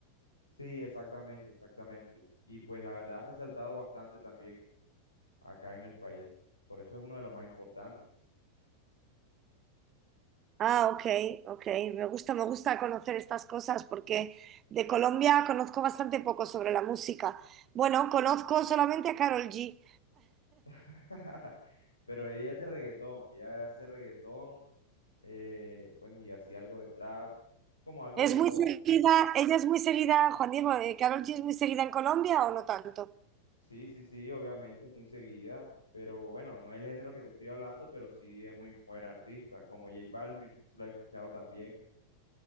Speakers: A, on the left (about 80°); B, on the right (about 30°).
A: Sí, exactamente, exactamente. Y pues la verdad ha resaltado bastante también acá en el país. Por eso es uno de los más importantes.
B: Ah, ok, ok. Me gusta, me gusta conocer estas cosas porque de Colombia conozco bastante poco sobre la música. Bueno, conozco solamente a Carol G.
A: <laughs> Pero ella es de reggaetón, ella hace reggaetón, eh, bueno, y así algo de trap, como algo
B: Es
A: de pop.
B: muy seguida, ella es muy seguida, Juan Diego, ¿Carol G es muy seguida en Colombia o no tanto?
A: Sí, sí, sí, obviamente es muy seguida, pero bueno, no es el género que te estoy hablando, pero sí es muy buen artista, como J Balvin, no sé si lo has escuchado también.